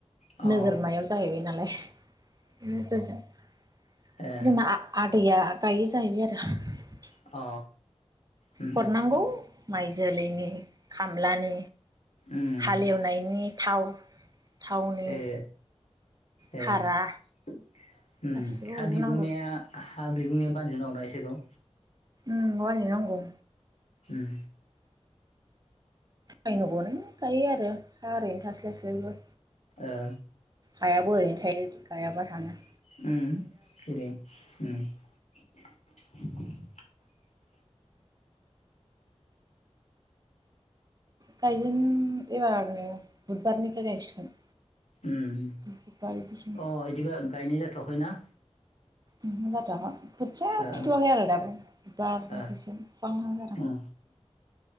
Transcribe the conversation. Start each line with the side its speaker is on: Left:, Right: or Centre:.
Left: अ
Right: नोगोरमायाव जाहैबाय जालाय <unintelligible>
Left: ए ए
Right: जोंना आ-आदैया गायो जाहैबाय <unintelligible>
Left: अ उम
Right: हरनांगौ माइ जोलैनि खामलानि
Left: उम
Right: हालेवनायनि थाव थावनि
Left: ए ए
Right: भारा
Left: उम
Right: गासिबो
Left: हा
Right: हरजोबनांगौ
Left: बिगोमाया हा बिगुमाया बानजोबनांगौना इसोरखौ
Right: उम बानजोबनांगौ
Left: उम
Right: बायनो गनायनि गायो आरो हा ओरैनो थास्लाय स्लायबो
Left: ओ
Right: हायाबो ओरैनो थायो गायाबा रानो
Left: उम ओरैनो उम
Right: गायजेन एबारनो बुधबारनिफ्राय गायसिगोन
Left: उम
Right: बुधबार बिदिसिमबो
Left: अ इदिबा गायनाय जाथ'वाखैना
Right: उमहो जाथ'याखै खोथिया
Left: ओ
Right: फुथुवाखै आरो दाबो बुधबारनिफ्रायसो
Left: ओ
Right: फुहांहां जादों
Left: उम